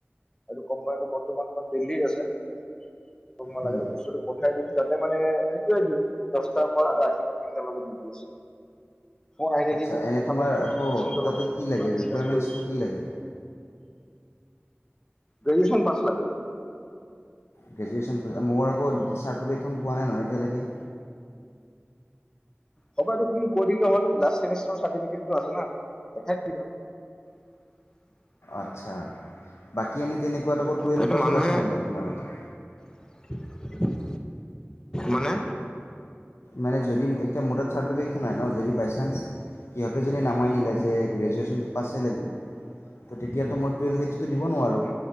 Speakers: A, on the left (about 15°); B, on the left (about 90°).
A: এইটো কোম্পানীটো বৰ্তমান তমান দিল্লিত আছেই
B: হয়
A: লাগিলে বস্তু পঠাই দিম তাত মানে সটোয়ে ডিউটি দহটাৰ পৰা ৰাতিপুৱা তিনটাৰ লগত ডিউটি আছে মই আহি থাকিব
B: আচ্ছা এনে
A: কথা
B: তোমাৰ
A: পা পেচেণ্ৰ
B: আকৌ তাতে
A: লগত
B: কি লাগে
A: ক
B: ৰিকুৱাৰমেণ্টছটো
A: ডিচকা কৰি
B: কি লাগে
A: গ্ৰেজুয়েন পছ লাগে
B: গ্ৰেজুৱেশ্যন মোৰ আকৌ চাৰ্টিফিকেটখন পোৱা নাই নহয় এতিয়ালৈকে
A: হ'ব তুমি কৈ দিলে হলা দেখাই দিবা
B: আচ্ছা বাকী এনেই তেনেকুৱাত আকৌ টুৱেলভ
A: সেইটো
B: পাছৰ
A: মানুহে
B: আছেনে নাই তোমাৰ তথা
A: <unintelligible> মানে
B: মানে যদি এতিয়া মোডাত চাৰ্টিফিক এইেইখন হয় ন যদি বাই চান্স সিহঁতে যদি নামাই নিলে যে গ্ৰেজুৱেশ্যনটো পাছেই লাগিব ত' তেতিয়াতো মই টুৱেল্ভ সেইটোতো দিব নোৱাৰোঁ